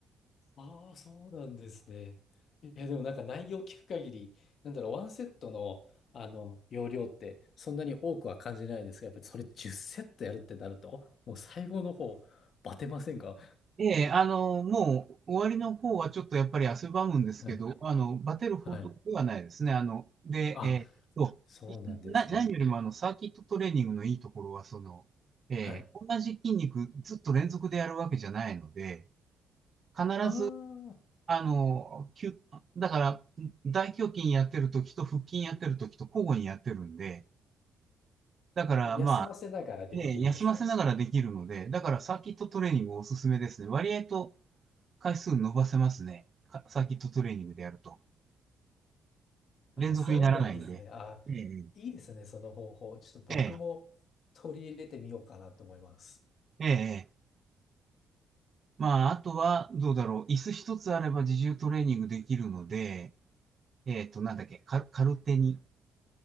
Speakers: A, on the left; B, on the right.
A: ああ、そうなんですね。いや、でもなんか内容聞く限り、なんだろう、ワンセットの、あの、容量ってそんなに多くは感じないですが、やっぱりそれ10セットやるってなると、もう最後の方、バテませんか
B: ええ、あの、もう終わりの方はちょっとやっぱり汗ばむんですけど、
A: はい。
B: あの、バテるほどではないですね。
A: はい。
B: あの、で、
A: あ、
B: えーっと、
A: そうなんですね。
B: いな、何よりもあの、サーキットトレーニングのいいところは、その、えー同じ筋肉ずっと連続でやるわけじゃないので、
A: はい。
B: 必ず
A: ああ、
B: あの、きゅ、だから、大胸筋やってるときと腹筋やってるときと交互にやってるんで、だからまあ、
A: 休ませながらできるんですね。
B: ね、休ませながらできるので、だからサーキットトレーニングおすすめですね。割合と回数伸ばせますね。かサーキットトレーニングでやると。
A: あ、
B: 連続にならないんで。
A: そうなんですね。あ、
B: ええ、
A: いいですね、その方法。ちょっと僕も取り入れてみようかなと思います。
B: ええ、ええ。まあ、あとは、どうだろう。椅子一つあれば自重トレーニングできるので、えっと、なんだっけ、カル、カルテに。